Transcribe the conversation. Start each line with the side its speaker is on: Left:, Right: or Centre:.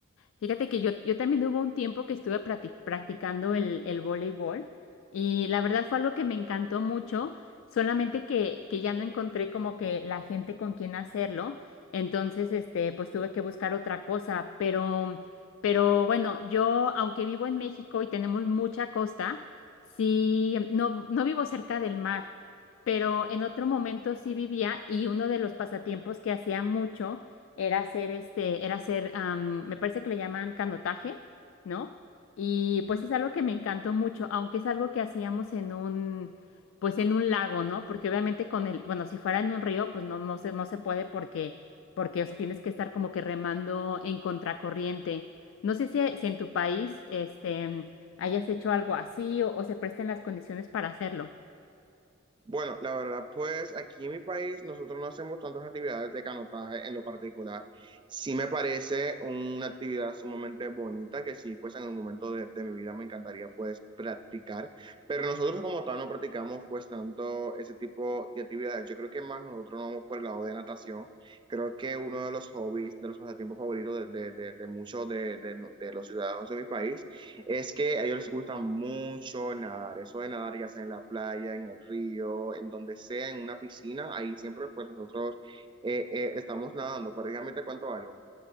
Left: Fíjate que yo, yo también hubo un tiempo que estuve practi- practicando el, el voleibol y la verdad fue algo que me encantó mucho, solamente que, que ya no encontré como que la gente con quien hacerlo, entonces este, pues tuve que buscar otra cosa, pero, pero bueno, yo aunque vivo en México y tenemos mucha costa, sí, no, no vivo cerca del mar, pero en otro momento sí vivía y uno de los pasatiempos que hacía mucho era hacer este, era hacer, am, me parece que le llaman canotaje, ¿no? Y pues es algo que me encantó mucho, aunque es algo que hacíamos en un, pues en un lago, ¿no? Porque obviamente con el, bueno, si fuera en un río, pues no, no se, no se puede porque, porque, o sea, tienes que estar como que remando en contracorriente. No sé si, si en tu país, este, hayas hecho algo así o, o se presten las condiciones para hacerlo.
Right: Bueno, la verdad, pues aquí en mi país nosotros no hacemos tantas actividades de canotaje en lo particular. Sí me parece una actividad sumamente bonita que sí, pues en un momento de, de mi vida me encantaría pues practicar, pero nosotros como tal no practicamos pues tanto ese tipo de actividades. Yo creo que más nosotros nos vamos por el lado de natación. Creo que uno de los hobbies, de los pasatiempos favoritos de, de, de, de muchos de, de de los ciudadanos de mi país es que a ellos les gusta mucho nadar, eso de nadar ya sea en la playa, en el río, en donde sea, en una piscina, ahí siempre pues nosotros eh, eh, estamos nadando, prácticamente cuanto algo.